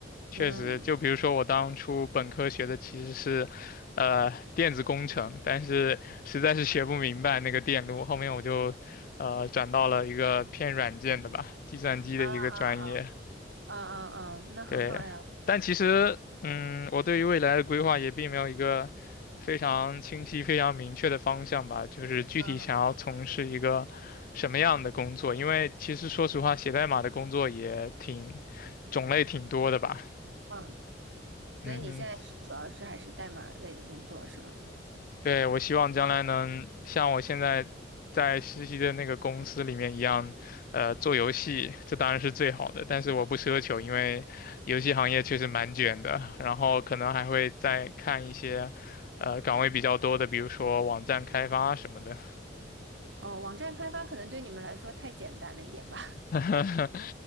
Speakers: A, on the left; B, on the right.
A: 确实，
B: 嗯
A: 就比如说我当初本科学的其实是，呃电子工程，但是实在是学不明白那个电路，后面我就呃转到了一个偏软件的吧，计算机的一个专业。
B: 啊啊啊啊啊，那很好呀。
A: 对，但其实，嗯，我对于未来的规划也并没有一个非常清晰、非常明确的方向吧，就是具体想要从事一个什么样的工作，
B: 嗯
A: 因为其实说实话，写代码的工作也挺种类挺多的吧，
B: 嗯，
A: 嗯
B: 所以你现在是主要是还是代码类的工作是吗？
A: 对，我希望将来能像我现在在实习的那个公司里面一样，呃，做游戏，这当然是最好的。但是我不奢求，因为游戏行业确实蛮卷的。然后可能还会再看一些，呃，岗位比较多的，比如说网站开发什么的。
B: 哦，网站开发可能对你们来说太简单了一点吧。
A: <laughs>
B: <laughs>